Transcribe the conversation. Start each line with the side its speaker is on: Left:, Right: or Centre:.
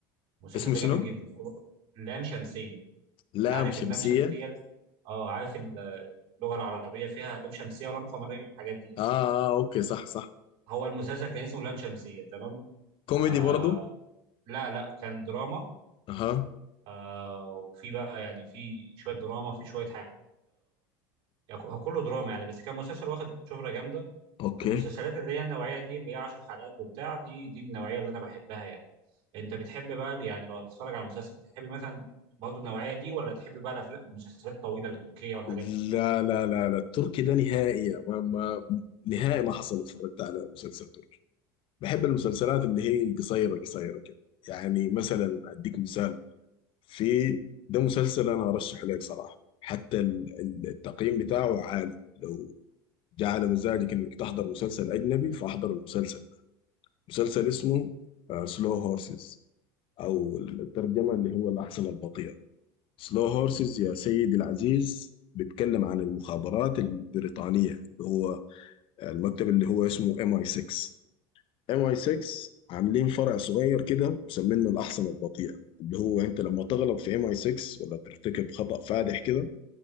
Right: المسلسل
Left: اسمه
Right: ده جامد
Left: شنو؟
Right: جدا هو لام شمسيه
Left: لام
Right: عارف
Left: شمسية
Right: اللام شمسيه اه عارف ال- اللغه العربيه فيها لام شمسيه ولام قمريه الحاجات دي
Left: آه, اه اوكي صح صح
Right: هو المسلسل كان اسمه لام شمسية تمام
Left: كوميدي
Right: آه
Left: برضو
Right: لا لا كان دراما
Left: اها
Right: آه وفي بقى يعني في شوية دراما في شوية حاجة يعني هو كله دراما يعني بس كان مسلسل واخد شهرة جامدة
Left: اوكي
Right: المسلسلات اللي هي النوعية دي اللي هي 10 حلقات وبتاع دي دي من النوعية اللي أنا بحبها يعني أنت بتحب بقى يعني لو هتتفرج على مسلسل تحب مثلا برضه النوعية دي ولا تحب بقى الأفلام- المسلسلات الطويلة التركية والحاجات
Left: لا
Right: دي
Left: لا لا لا التركي ده نهائي ما ما نهائي ما حصل اتفرجت على مسلسل تركي بحب المسلسلات اللي هي قصيرة قصيرة كده يعني مثلا اديك مثال في ده مسلسل انا ارشح لك صراحة حتى ال- ال- التقييم بتاعه عالي لو جعل مزاجك انك تحضر مسلسل اجنبي فاحضر المسلسل مسلسل اسمه سلو هورسز او الترجمه اللي هو الاحصنه البطيئه سلو هورسز
Right: مم.
Left: يا سيدي العزيز بيتكلم عن المخابرات البريطانيه اللي هو آه، المكتب اللي هو اسمه ام اي 6 ام اي 6 عاملين فرع صغير كده مسمينه الاحصنه البطيئه اللي هو انت لما تغلط في ام اي 6 ولا ترتكب خطأ فادح كده